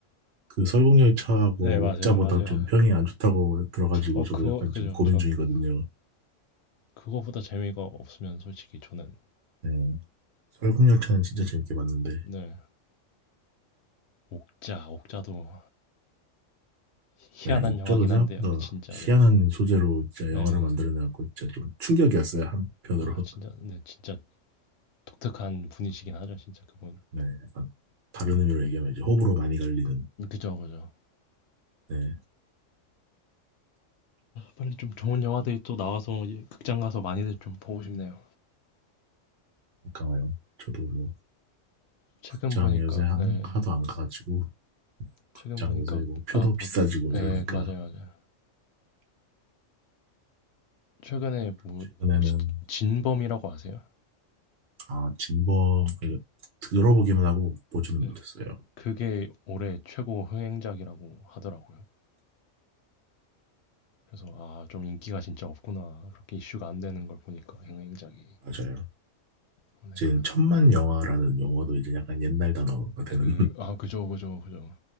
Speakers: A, on the right; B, on the left.
A: 그 설국열차하고
B: 네, 맞아요,
A: 옥자보다
B: 맞아요.
A: 좀 평이 안 좋다고 들어가지고
B: 어,
A: 저도
B: 그거
A: 약간
B: 그죠.
A: 좀 고민
B: 저는
A: 중이거든요.
B: 그거보다 재미가 없으면 솔직히 저는
A: 네, 설국열차는 진짜 재밌게 봤는데
B: 네, 옥자, 옥자도 희한한
A: 네, 옥자도
B: 영화긴
A: 생각보다
B: 한데요. 근데 진짜
A: 희한한
B: 네,
A: 소재로 진짜
B: 네.
A: 영화를 만들어내갖고 진짜 좀 충격이었어요, 한편으로.
B: 아, 진짜,
A: <laughs>
B: 네, 진짜 독특한 분이시긴 하죠, 진짜 그분.
A: 네, 약간 다른 의미로 얘기하면 이제 호불호 많이 갈리는,
B: 그죠, 그죠.
A: 네,
B: 빨리 좀 좋은 영화들이 또 나와서 예, 극장 가서 많이들 좀 보고 싶네요.
A: 강화요. 저도 뭐,
B: 최근
A: 극장
B: 보니까,
A: 요새 한,
B: 예,
A: 하도 안 가가지고, 극장
B: 최근 보니까
A: 요새 뭐, 표도
B: 아,
A: 비싸지고
B: 뭐, 예,
A: 이러니까,
B: 맞아요, 맞아요. 최근에 뭐
A: 최근에는,
B: 혹시 진범이라고 아세요?
A: 아, 진범, 그 들어보기만 하고 보지는
B: 예,
A: 못했어요.
B: 그게 올해 최고 흥행작이라고 하더라고요. 그래서 아, 좀 인기가 진짜 없구나. 그렇게 이슈가 안 되는 걸 보니까 흥행작이
A: 맞아요.
B: 그런
A: 지금
B: 생각을 했어요.
A: 천만 영화라는 용어도 이제 약간 옛날 단어가 되는,
B: 그, 아, 그죠, 그죠, 그죠,